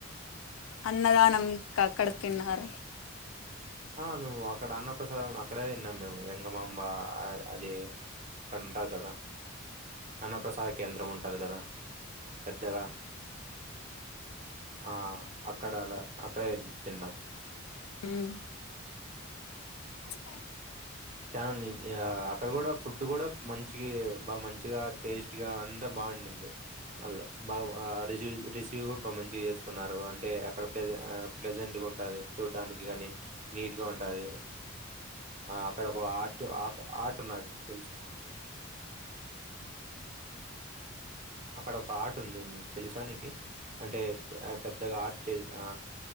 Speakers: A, on the left; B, on the right.
A: అన్నదానమ్ క కడ తిన్నార
B: ఆ మేము అక్కడ అన్న ప్ర్రసాదం అక్కడే తిన్నాం మేము వేంగమాంబ అది అక్కడ ఉంటారు కదా అన్నప్రసాద కేంద్రం ఉంటుంది కాదు కదా పెద్దగా ఆ అక్కడ అలా అక్కడే తిన్నాం
A: హుమ్ అ సా
B: చాల అక్కడ కూడా ఫుడ్ కూడా మంచి బాగా మంచిగా టేస్ట్గా అంతా బాగుండింది. వాళ్ళు బా రిసి వ్ రిసీవ్ కూడా బాగా మంచిగా చేసుకున్నారు. అంటే అక్కడ ప్లే ప్రెజెంట్ గా ఉంటది చూడ్డానికి కానీ నీట్ గా ఉం సరే ఆ ఒక ఆర్ట్ ఆక్ ఆట్ నాకు తెలుసా అక్కడ ఒక ఆర్ట్ ఉంది. తెలుసా నికి. అంటే పెద్దగా ఆర్ట్ చే ఆ